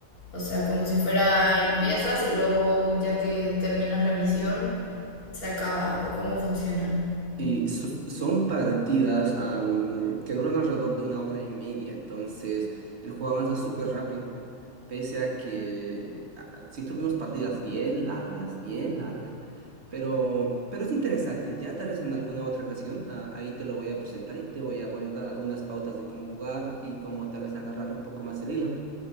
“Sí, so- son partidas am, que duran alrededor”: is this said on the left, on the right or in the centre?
Right